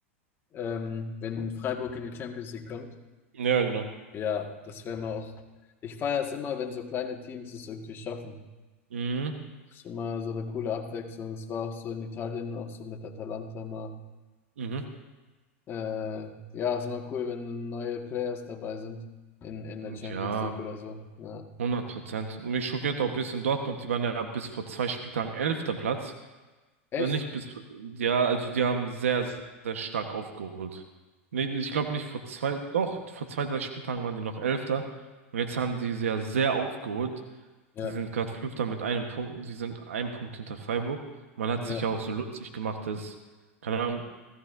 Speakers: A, on the left (about 35°); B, on the right (about 80°).
A: Ähm, wenn Freiburg in die Champions League kommt,
B: Ja, genau.
A: ja, das wäre mal auch. Ich feiere es immer, wenn so kleine Teams es irgendwie schaffen.
B: Mhm.
A: Das ist immer so eine coole Abwechslung. Es war auch so in Italien, auch so mit Atalanta mal.
B: Mhm.
A: Äh, ja, ist immer cool, wenn neue Players dabei sind in, in der
B: Und
A: Champions
B: Ja,
A: League oder so. Ja.
B: hundert Prozent. Und mich schockiert auch ein bisschen Dortmund, die waren ja bis vor zwei Spieltagen elfter Platz.
A: Echt?
B: Äh, Nicht bis, ja, also die haben sehr, sehr stark aufgeholt. Nee, Ich glaube nicht vor zwei, doch, vor zwei, drei Spieltagen waren die noch Elfter. Und jetzt haben die sehr, sehr aufgeholt.
A: Ja,
B: Sie sind gerade Fünfter mit einem Punkt, sie sind einen Punkt hinter Freiburg. Man hat
A: ja.
B: sich ja auch so lustig gemacht, dass, keine Ahnung,